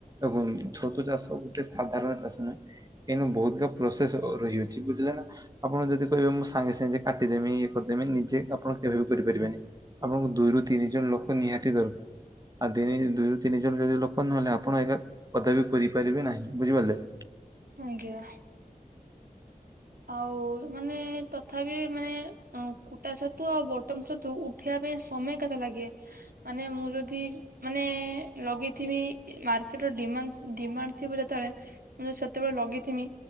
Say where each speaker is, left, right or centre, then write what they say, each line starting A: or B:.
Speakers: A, on the right (about 25°); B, on the right (about 80°).
A: ଏବଂ ଛତୁ ଚାଷ ଗୋଟେ ସାଧାରଣ ଚାଷ ନୁହେଁ। ଏଇନୁ ବହୁତକା ପ୍ରୋସେସ ରହିଅଛି, ବୁଝିଲେ ନା ଆପଣ ଯଦି କହିବେ ମୁଁ ସାଙ୍ଗେ ସାଙ୍ଗେ କାଟିଦେମି, ଇଏ କରିଦେମି, ନିଜେ ଆପଣ କେବେ ବି କରିପାରିବେନି। ଆପଣଙ୍କୁ ଦୁଇରୁ ତିନି ଜଣ ଲୋକ ନିହାତି ଦରକାର। ଆଉ ଦି ଦୁଇରୁ ତିନି ଜଣ ଯଦି ଲୋକ ନହେଲେ ଆପଣ ଏକା କଦବ ବି କରିପାରିବେ ନାହିଁ ବୁଝିପାରିଲେ।
B: ଆଜ୍ଞା ଆଉ ମାନେ ତଥାପି ମାନେ କୁଟା ଛତୁ ଆଉ ବଟମ ଛତୁ। ଉଠେଇିବା ପାଇଁ ସମୟ କେତେ ଲାଗେ ମାନେ ମୁଁ ଯଦି ମାନେ ଲଗେଇଥିବି ମାର୍କେଟ ର ଡି ଡିମାଣ୍ଡ ଥିବ ଯେତେବେଳେ। ମୁଁ ଯ ସେତେବେଳେ ଲଗେଇଥିମି